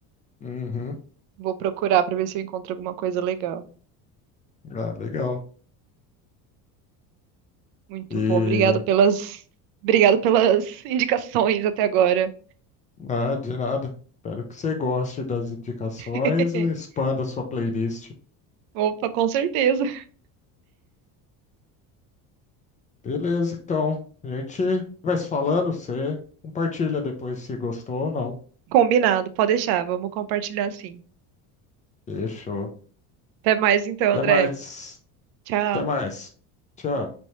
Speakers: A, on the left; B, on the right.
A: Uhum.
B: Vou procurar pra ver se eu encontro alguma coisa legal.
A: Ah, legal.
B: Muito
A: E
B: bom, obrigado pelas, obrigado pelas indicações até agora.
A: ah, de nada. Espero que você goste das indicações
B: <laughs>
A: e expanda a sua playlist.
B: Opa, com certeza.
A: Beleza, então. A gente vai se falando, você compartilha depois se gostou ou não.
B: Combinado, pode deixar, vamos compartilhar sim.
A: Fechou.
B: Até mais então, André.
A: Até mais.
B: Tchau.
A: Até mais. Tchau.